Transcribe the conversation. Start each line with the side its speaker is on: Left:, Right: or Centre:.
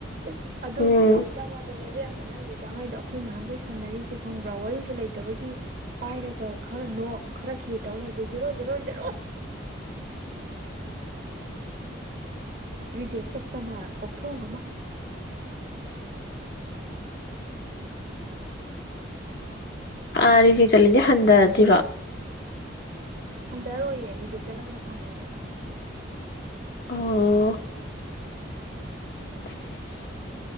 Right: ꯏꯁ ꯑꯗꯨꯕꯨ
Left: ꯎꯝ
Right: ꯌꯥꯝ ꯆꯪꯉꯕꯅꯦꯕꯦꯝ ꯅꯪꯒꯤ ꯆꯥꯡꯍꯩꯗꯣ ꯑꯩꯈꯣꯏ ꯅꯍꯥꯟꯈꯩ ꯁꯥꯟꯅꯔꯤꯁꯦ ꯈꯪꯕ꯭ꯔꯥ ꯋꯥꯔꯤꯁꯨ ꯂꯩꯇꯕꯒꯤ ꯄꯥꯏꯔꯒ ꯈꯔ ꯅꯣꯛ ꯈꯔ ꯈꯦ ꯇꯧ ꯂꯩꯕ ꯖꯦꯔꯣ ꯖꯦꯔꯣ ꯖꯦꯔꯣ
Left: <inaudible>
Right: ꯔꯤꯖꯦꯛ ꯆꯠꯄꯅ ꯀꯣꯛꯊꯣꯡ ꯑꯃ
Left: ꯑꯥ ꯔꯤꯆꯠ ꯆꯠꯂꯗꯤ ꯍꯟꯊꯗ꯭ꯔꯤꯕ
Right: ꯍꯟꯊꯔꯣꯏꯌꯦꯦ ꯔꯤꯖꯦꯛ ꯆꯠꯂꯒꯅ ꯐꯪꯉꯣꯏꯗꯕ
Left: ꯑꯣ <inaudible>